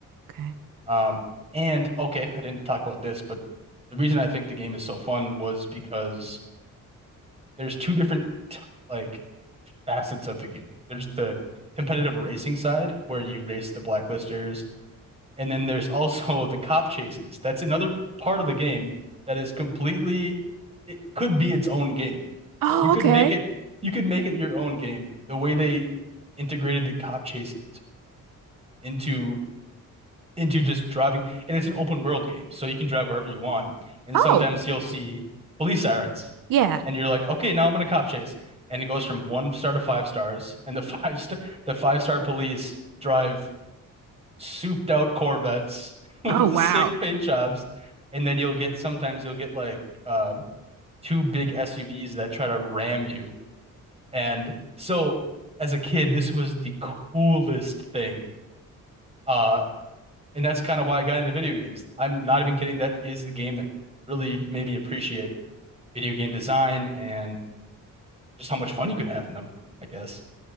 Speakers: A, on the right (about 85°); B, on the right (about 20°).
A: Okay.
B: Um, and okay, I didn't talk about this, but the reason I think the game is so fun was because there's two different t- like facets of the game. There's the competitive racing side where you race the blacklisters, and then there's also <laughs> the cop chases. That's another part of the game that is completely, it could be its own game.
A: Oh,
B: You could
A: okay.
B: make it, you could make it your own game. The way they integrated the cop chases into into just driving. And it's an open world game, so you can drive wherever you want. And
A: Oh,
B: sometimes you'll see police sirens,
A: yeah.
B: and you're like, okay, now I'm in a cop chase. And it goes from one star to five stars, <laughs> and the five star the five star police drive souped out Corvettes <laughs> with
A: Oh,
B: the
A: wow.
B: sick paint jobs. And then you'll get sometimes you'll get like um, two big SUVs that try to ram you. And so as a kid, this was the coolest thing. Uh, and that's kind of why I got into video games. I'm not even kidding. That is the game that really made me appreciate video game design and just how much fun you can have in them, I guess.